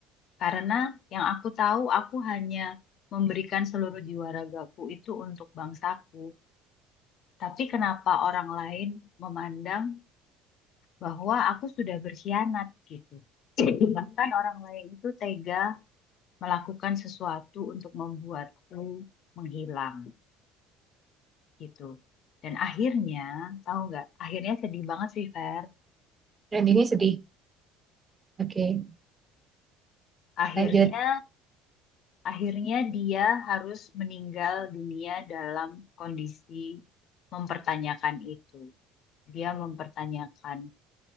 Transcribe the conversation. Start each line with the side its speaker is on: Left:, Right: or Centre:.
Left: Karena yang aku tahu, aku hanya memberikan seluruh jiwa ragaku itu untuk bangsaku. Tapi kenapa orang lain memandang bahwa aku sudah berkhianat gitu? Bahkan orang lain itu tega melakukan sesuatu untuk membuatku menghilang gitu. Dan akhirnya, tahu nggak? Akhirnya sedih banget sih, Fer.
Right: Dan ini sedih. Oke,
Left: Akhirnya
Right: lanjut.
Left: Akhirnya dia harus meninggal dunia dalam kondisi mempertanyakan itu. Dia mempertanyakan